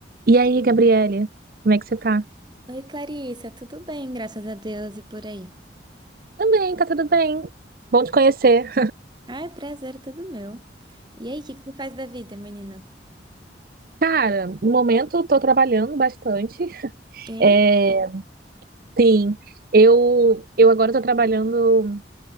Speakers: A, on the right (about 50°); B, on the right (about 25°).
A: E aí, Gabriele, como é que você tá?
B: Oi, Clarissa, tudo bem? Graças a Deus e por aí.
A: Também, tá tudo bem. Bom te conhecer.
B: Ai, prazer, é tudo meu. E aí, o que que tu faz da vida, menina?
A: Cara, no momento eu tô trabalhando bastante.
B: E?
A: É, sim, eu eu agora tô trabalhando